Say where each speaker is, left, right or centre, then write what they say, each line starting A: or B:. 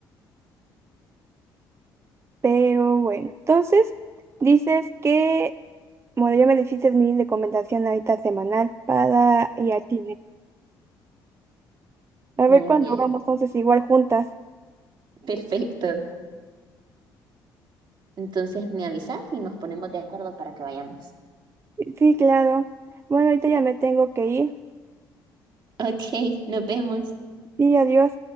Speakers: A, on the right (about 30°); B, on the right (about 60°).
A: Pero bueno, entonces dices que Bueno, ya me dijiste mi recomendación ahorita semanal para ir al cine. A ver
B: me alegro.
A: cuándo vamos entonces igual juntas.
B: Perfecto. Entonces me avisas y nos ponemos de acuerdo para que vayamos.
A: Sí, claro. Bueno, ahorita ya me tengo que ir.
B: Ok, nos vemos.
A: Sí, adiós.